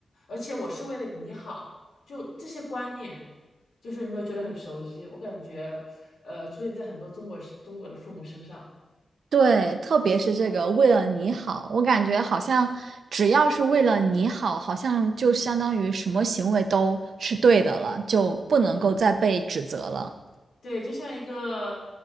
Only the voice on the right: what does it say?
对，特别是这个为了你好，我感觉好像只要是为了你好，好像就相当于什么行为都是对的了，就不能够再被指责了。